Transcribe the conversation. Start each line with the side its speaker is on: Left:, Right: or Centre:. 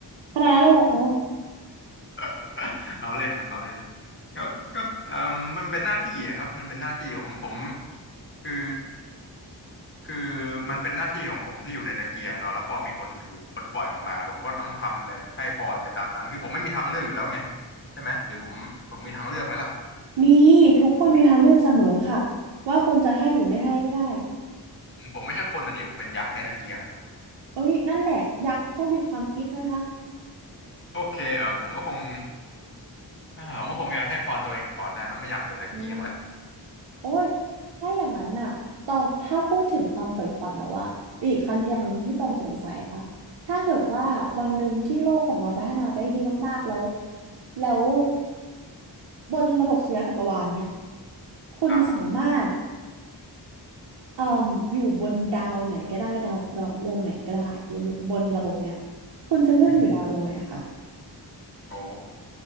Right: ขนาดนั้นเลยเหรอคะ
Left: <laughs> เราเล่นครับเราเล่นก็ก็เออมันเป็นหน้าที่อะครับมันเป็นหน้าที่ผมผมคือคือมันเป็นหน้าที่ของผมที่อยู่ในตะเกียงเนาะแล้วพอมีคนถูกปลดปล่อยออกมาผมก็ต้องทำไปให้พรไปตามนั้นคือผมไม่มีทางเลือกอยู่แล้วไงใช่ไหมหรือผมผมมีทางเลือกไหมล่ะ
Right: มีทุกคนมีทางเลือกเสมอค่ะว่าคุณจะให้หรือไม่ให้ก็ได้
Left: ผมไม่ใช่คนอ่ะดิผมเป็นยักษ์ในตะเกียง
Right: เอ้ยนั่นแหละยักษ์ก็มีความคิดนะคะ
Left: โอเคเออผมก็คงอ่าผมก็คงจะให้พรตัวเองก่อนแล้วเนอะไม่อยากอยู่ในตะเกียงแล้ว
Right: อ๋อโอ้ยถ้าอย่างนั้นน่ะตองถ้าพูดถึงความใฝ่ฝันแล้วอะมีอีกคันอย่างหนึ่งที่ตองสงสัยค่ะถ้าเกิดว่าวันหนึ่งที่โลกของเราพัฒนาไปได้ดีมากๆแล้วแล้วบนระบบสุริยะจักรวาลเนี่ยคุณสามารถ
Left: ครับ
Right: เอ่มอยู่บนดาวไหนก็ได้ดาวเคราะห์วงไหนก็ได้บนบนระบบเนี้ยคุณจะเลือกอยู่ดาวดวงไหนคะ
Left: อืมโอ้